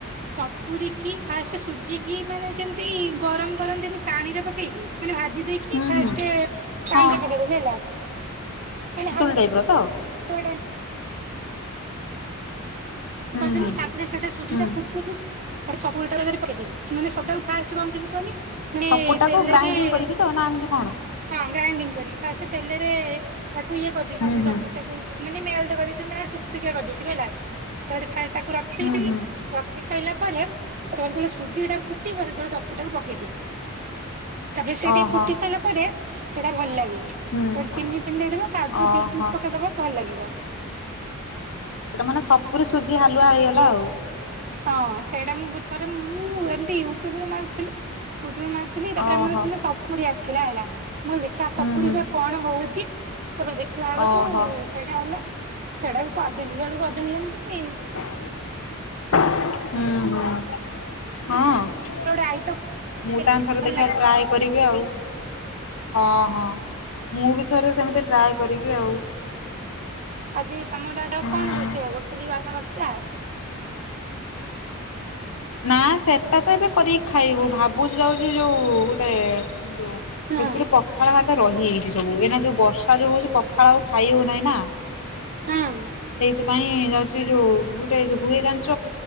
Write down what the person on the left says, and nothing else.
ହୁଁ
ହୁଁ।
ହଁ
ରହିବ ତ
ହୁଁ
ହୁଁ।
ହୁଁ
ସପୁରଟାକୁ
ଗ୍ରାଇଡିଙ୍ଗ କରିକି ତ ନା ଏମିତି କଣ?
ହୁଁ ହୁଁ
ହୁଁ ହୁଁ
ଓହୋ
ହୁଁ
ଓହୋ।
ସେଟା ମାନେ ସପୁରି ସୁଜି ହାଲୁଆ ହେଇଗଲା ଆଉ।
ଓହୋ
ହୁଁ ହୁଁ।
ଓହୋ
ହୁଁ, ହୁଁ। ହଁ,
ମୁଁ ତାଙ୍କର
ଦେଖିଆ
ଟ୍ରାଏ କରିବି ଆଉ ହଁ, ହଁ, ମୁଁ ବି ଥରେ ସେମତି ଟ୍ରାଏ କରିବି ଆଉ।
ହୁଁ।
ନା ସେଟା ତ ଏବେ କରିକି ଖାଇବୁ ଭାବୁଛି ଯାଉଛି ଯୋଉ ଗୋଟେ ଯୋଉ
ଏଥିରେ ପଖାଳ ଭାତ ରହିଯାଇଚି। ସବୁ ଏଇନା ଯୋଉ ବର୍ଷା ଯୋଉ ହଉଛି ପଖାଳ ଆଉ ଖାଇ ହଉନାହିଁ ନା
ସେଇଥି ନାଇଁ ଯାଉଛି ଯୋଉ ଗୋଟେ ଯୋଉ ହୁଏ ଜାଣିଛ